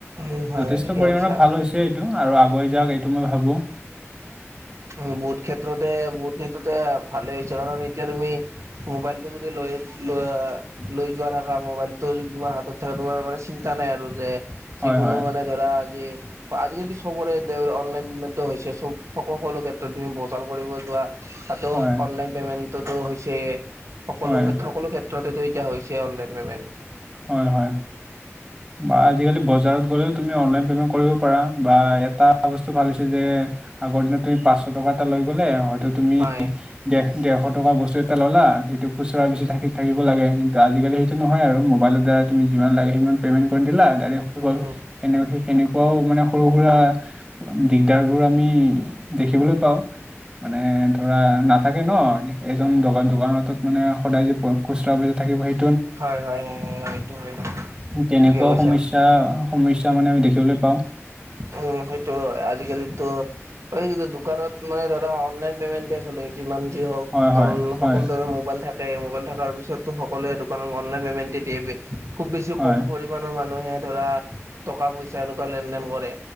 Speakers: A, on the right (about 75°); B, on the right (about 15°).
A: উম হয়
B: যথেষ্ট
A: হয় ঠিকে
B: পৰিমাণৰ
A: কৈছা
B: ভাল হৈছে এইটো আৰু আগুৱাই যাওক এইটো মই ভাবো।
A: উম, বহুত ক্ষেত্ৰতে বহুত ক্ষেত্ৰতে ভালেই হৈছে। কাৰণ এতিয়া তুমি মোবাইলটো যদি লৈ ল লৈ যোৱা থাকা মোবাইলটো যদি তোমাৰ হাতত থাক তোমাৰ মানে চিন্তা নাই আৰু যে
B: হয়
A: যিকোনো
B: হয়
A: মানে ধৰা যি আজি-কালিতো চবৰে অনলাইনটো হৈছে। ছ সকল সকলো ক্ষেত্ৰত তুমি বজাৰ কৰিব যোৱা তাতো
B: হয়
A: অনলাইন পেমেন্টটোতো হৈছেয়ে। সকলো
B: হয়
A: সকলো ক্ষেত্ৰতেটো এতিয়া হৈছেই অনলাইন পেমেণ্ট।
B: হয়, হয়। বা আজি-কালি বজাৰত গ'লেও তুমি অনলাইন পে'মেণ্ট কৰিব পাৰা বা এটা বস্তু ভাল হৈছে যে আগৰ দিনত তুমি পাঁচশ টকা এটা লৈ গ'লে হয়তো তুমি
A: হয়
B: ডে ডেৰশ টকা বস্তু এটা ল'লা। এইটো খুচুৰা বিচাৰি থ থাকিব লাগে। কিন্তু ত আজি-কালি সেইটো নহয় আৰু মোবাইলত ধৰা তুমি যিমান লাগে সিমান সুদা পেমেন্ট কৰি দিলা দাইৰেক হৈ গল।
A: উম
B: সেনে সেনে কুৱাও মানে সৰু-সুৰা দিগদাৰবোৰ আমি দেখিবলে পাওঁ। মানে ধৰা নাথাকে ন? এজন দোকান দোকানটোত মানে সদায় যে খুচৰা <unintelligible> থাকিব সেই
A: হয় হয় এইটো হয়।
B: তেনেকুৱাও
A: ঠিকে কৈছা
B: সমস্যা সমস্যা মানে আমি দেখিবলৈ পাওঁ।
A: উম সেইটো হয়। আজি-কালিটো হয় কিন্তু দোকানত মানে ধৰা অনলাইন পেমেণ্টহে চলে। যিমান যি হওঁক
B: হয় হয়
A: কাৰণ
B: হয়
A: সকলো মোবাইল থাকে। মবাইল থকাৰ পিছতো সকলোৱে দোকান অনলাইন পেমেণ্টে দিয়ে, খুব বেছি
B: হয়
A: কম পৰি- মানৰ মানুহে ধৰা টকা পইচা এনেকুৱা লেন দেন কৰে